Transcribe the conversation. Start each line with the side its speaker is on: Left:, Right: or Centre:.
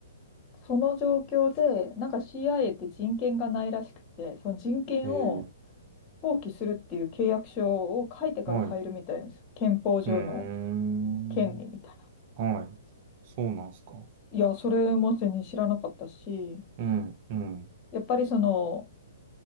Left: その状況で、なんか CIA って人権がないらしくて、その人権を
Right: い。えー、
Left: 放棄するっていう契約書を書いてから入るみたいです。
Right: はい。う
Left: 憲法上の。
Right: ーん。
Left: 権利みたいな。
Right: はい。そうなんですか。
Left: いや、それも全然知らなかったし、
Right: うん、うん。
Left: やっぱりその、